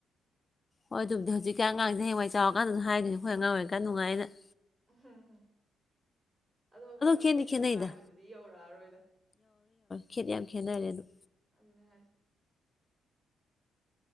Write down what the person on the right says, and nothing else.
ꯎꯝꯍꯨꯝꯍꯨꯝ ꯑꯗꯣ ꯃꯣꯏ ꯑꯩꯈꯣꯏꯒꯤ
ꯅꯨꯡꯉꯥꯏꯕꯗꯨꯗꯤ ꯌꯧꯔꯛꯑꯔꯣꯏꯗ
<unintelligible>